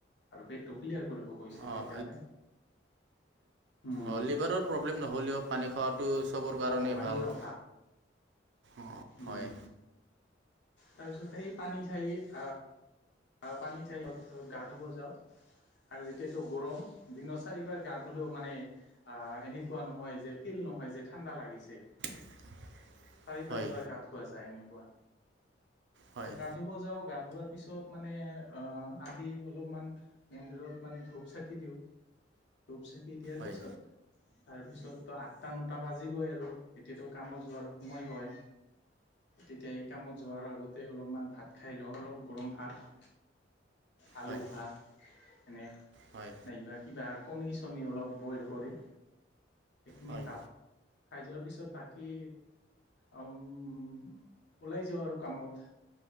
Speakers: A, on the left; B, on the right.
A: আৰু পেটটো ক্লিয়াৰ কৰিব কৈছিল
B: অঁ
A: সেইকাৰণে উম,
B: অ লিভাৰৰ প্ৰব্লেম নহ'লেও পানী খোৱাটো চবৰ কাৰণেই
A: অ পানী
B: ভাল
A: খাব
B: অঁ হয়
A: উম তাৰপিছত সেই পানী খাই আহ আহ পানী ঠাইত গা ধুব যাওঁ আৰু এতিয়াতো গৰম দিনৰ চাৰিবাৰ গা ধুলেও মানে এনেকুৱা নহয় যে ফিল নহয় যে ঠাণ্ডা লাগিছে
B: <inaudible>
A: চাৰি পাঁচ
B: হয়
A: বাৰ গা ধোৱা যায় এনেকুৱা
B: হয়
A: গা ধুব যাওঁ গা ধোৱাৰ পিছত মানে আহ আহি অলপমান মন্দিৰত মানে ধূপ চাকি দিওঁ ধপ চাকি দিয়াৰ
B: হয়
A: পিছত তাৰ পিছত আঠটা নটা বাজিবই আৰু এতিয়াতো কাম যোৱা আৰু সময় হয় তেতিয়া এই কামত যোৱাৰ আগতে অলপমান ভাত খাই লওঁ অলপ গৰম ভাত আলু
B: হয়
A: ভা এনে
B: হয়
A: নাইবা কিবা কণী চণী অলপ বইল কৰি সেইখিনি
B: হয়
A: খাওঁ। খাই যোৱাৰ পিছত বাকী উম। ওলাই যাওঁ আৰু কামত।